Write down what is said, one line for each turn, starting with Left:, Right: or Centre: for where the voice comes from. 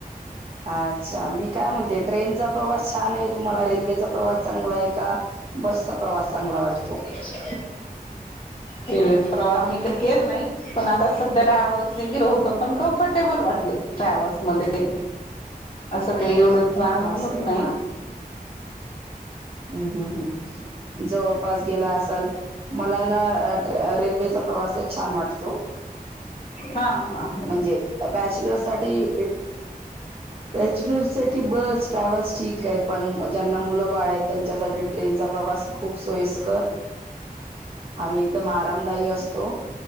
Right: अच्छा मी काय म्हणते. ते ट्रेनचा प्रवास छान आहे. तुम्हाला रेल्वेचा प्रवास चांगला आहे का? बसचा प्रवास चांगला वाटतो.
Left: <inaudible>
Right: <inaudible>
Left: रेल्वेत प्रवासं. आम्ही काय केलं नाही. पण आता सध्या गावासानी गेलो होतो. पण कम्फर्टेबल वाटलं. ट्रॅवल्स मध्ये असं काही एवढं जाणवलंच
Right: असं आहे
Left: नाही.
Right: का हम्म हम्म हम् जवळपास गेला असाल. मला ना अ ट्रे-रेल्वेचा प्रवासच छान वाटतो.
Left: हा.. हा
Right: म्हणजे बॅचलर साठी बॅचलर साठी बरं. बस ट्रॅयव्हल्स ठीक आहे. पण ज्यांना मुलं बाळ आहेत. त्यांच्यासाठी ट्रेनचा प्रवास खूप सोयीस्कर - <inaudible> आणि एकदम आरामदायी असतो.